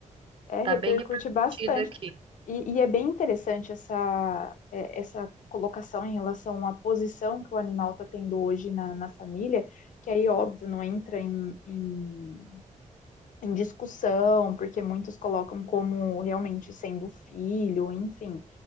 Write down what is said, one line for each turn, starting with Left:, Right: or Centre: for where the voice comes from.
Left: É, repercute
Right: tá bem repercutido
Left: bastante.
Right: aqui.
Left: E, e é bem interessante essa, é, essa colocação em relação à posição que o animal tá tendo hoje na, na família, que aí, óbvio, não entra em, em, em discussão, porque muitos colocam como realmente sendo filho, enfim